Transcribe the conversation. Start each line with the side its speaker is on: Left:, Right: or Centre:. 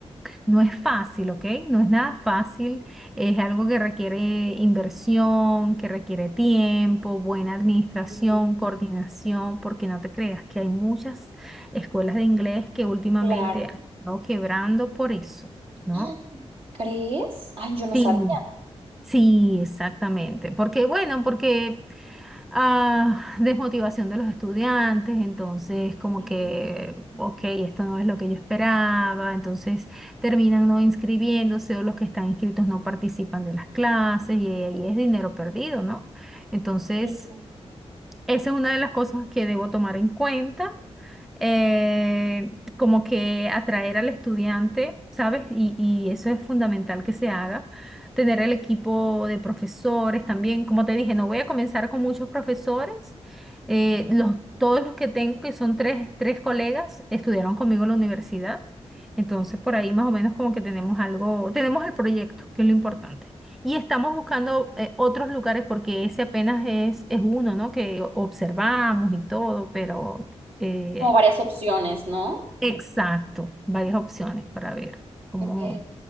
Centre: No es fácil, ¿ok? No es nada fácil. Es algo que requiere inversión, que requiere tiempo, buena administración,
Right: sí, sí.
Centre: coordinación, porque no te creas que hay muchas escuelas de inglés que últimamente
Right: claro.
Centre: han
Right: <gasps>
Centre: estado quebrando por eso, ¿no?
Right: Ah, ¿Crees? Ay, yo no
Centre: Sí,
Right: sabía.
Centre: sí, exactamente. Porque, bueno, porque ah, desmotivación de los estudiantes, entonces como
Right: Sí.
Centre: que, ok, esto no es lo que yo esperaba, entonces terminan no inscribiéndose o los que están inscritos no participan de las clases y ahí es dinero perdido, ¿no? Entonces...
Right: sí, sí.
Centre: Esa es una de las cosas que debo tomar en cuenta, eh, como que atraer al estudiante, ¿sabes? Y, y eso es fundamental que se haga. Tener el equipo de profesores también. Como te dije, no voy a comenzar con muchos profesores. eh, los, todos los que tengo, que son tres, tres colegas, estudiaron conmigo en la universidad. Entonces, por ahí más o menos como que tenemos algo, tenemos el proyecto, que es lo importante. Y estamos buscando eh, otros lugares porque ese apenas es, es uno, ¿no? Que o- observamos y todo, pero eh,
Right: Como varias opciones, ¿no?
Centre: exacto, varias opciones para ver cómo
Right: Ok.